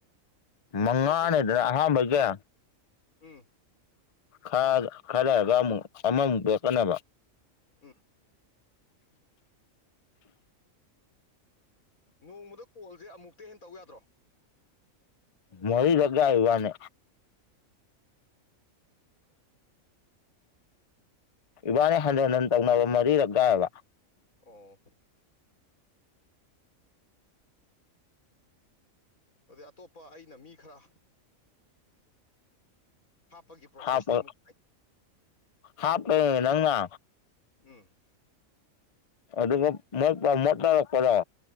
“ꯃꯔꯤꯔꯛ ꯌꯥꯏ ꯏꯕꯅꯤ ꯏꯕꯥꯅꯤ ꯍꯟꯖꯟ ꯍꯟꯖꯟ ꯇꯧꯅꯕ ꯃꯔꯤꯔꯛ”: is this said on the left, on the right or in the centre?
Left